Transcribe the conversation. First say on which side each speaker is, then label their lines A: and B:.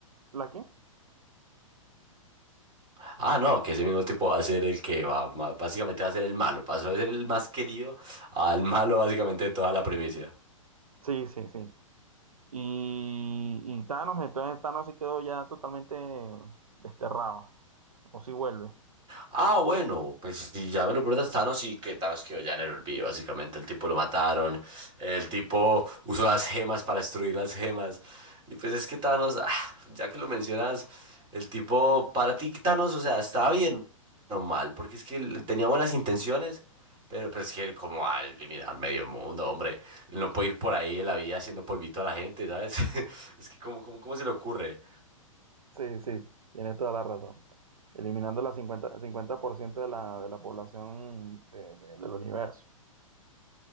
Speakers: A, on the right; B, on the right.
A: ¿La qué?
B: Ah, no, que ese mismo tipo va a ser el que va, ma- básicamente va a ser el malo. Pasó de ser el más querido al malo básicamente de toda la primicia.
A: Sí, sí, sí. Y, y Thanos, entonces Thanos sí quedó ya totalmente desterrado. O si vuelve.
B: Ah, bueno, pues si ya me lo preguntas, Thanos y que Thanos quedó ya en el olvido, básicamente el tipo lo mataron, el tipo usó las gemas para destruir las gemas, y pues es que Thanos, ah, ya que lo mencionas, el tipo, para ti Thanos, o sea, estaba bien o mal, porque es que él tenía buenas intenciones, pero pues es que él como va a eliminar medio mundo, hombre, él no puede ir por ahí en la vida haciendo polvito a la gente, ¿sabes? <laughs> Es que como, como, ¿cómo se le ocurre?
A: Sí, sí, tienes toda la razón. Eliminando la cincuenta, cincuenta por ciento de la, de la población de- de- del universo.